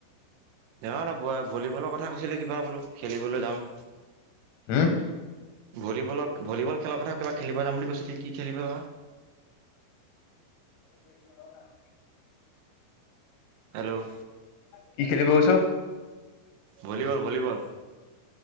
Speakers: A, on the right; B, on the left.
A: নহয় ন ভলীবলৰ কথা কৈছিলে কিবা বোলো খেলিবলৈ যাম।
B: হম
A: ভলীবলক ভলীবল খেলৰ কথা কিবা খেলিব যাম বুলি কৈছিলি কি? খেলিবা
B: <inaudible>
A: হেল্ল'
B: কি খেলিব গৈছ?
A: ভলীবল ভলীবল